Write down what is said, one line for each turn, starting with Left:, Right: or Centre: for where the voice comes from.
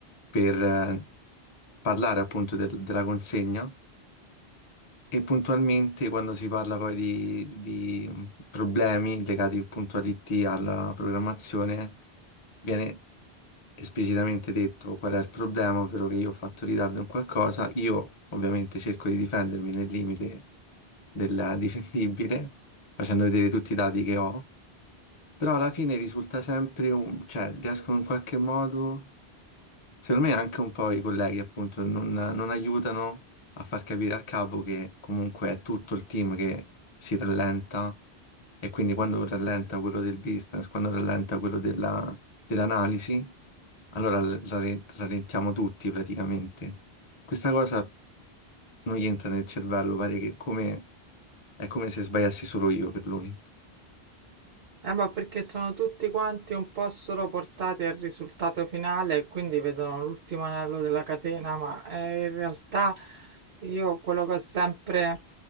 Left: per eh, parlare appunto del- della consegna E puntualmente quando si parla poi di, di mm, problemi legati appunto all'IT, alla programmazione, viene esplicitamente detto qual è il problema, ovvero che io ho fatto ritardo in qualcosa, io ovviamente cerco di difendermi nel limite del <laughs> difendibile, facendo vedere tutti i dati che ho, però alla fine risulta sempre un, cioè riescono in qualche modo Secondo me anche un po' i colleghi appunto non, non aiutano a far capire al capo che comunque è tutto il team che si rallenta e quindi quando rallenta quello del business, quando rallenta quello della- dell'analisi, allora l- rale- rallentiamo tutti praticamente. Questa cosa non gli entra nel cervello, pare che come, è come se sbagliassi solo io per lui.
Right: Eh, ma perché sono tutti quanti un po' solo portati al risultato finale e quindi vedono l'ultimo anello della catena, ma eh, in realtà io quello che ho sempre,